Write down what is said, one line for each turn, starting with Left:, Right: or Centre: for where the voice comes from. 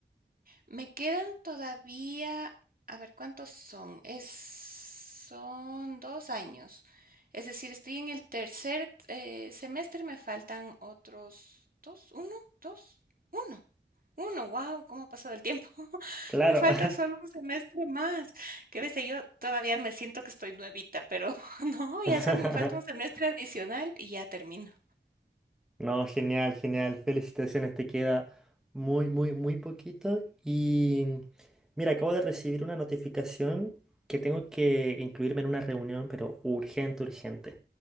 Right: Me quedan todavía, a ver, ¿cuántos son? Es, son dos años. Es decir, estoy en el tercer eh, semestre, me faltan otros dos, uno, dos, uno, uno, wow, ¿cómo ha pasado el tiempo? <laughs>
Centre: Claro.
Right: Me falta solo un semestre más. Qué bestia, yo todavía me siento que estoy nuevita, pero <laughs> no, ya
Centre: <laughs>
Right: solo me falta un semestre
Centre: <laughs>
Right: adicional y ya termino.
Centre: No, genial, genial. Felicitaciones, te queda muy, muy, muy poquito. Y mira, acabo de recibir una notificación que tengo que incluirme en una reunión, pero urgente, urgente.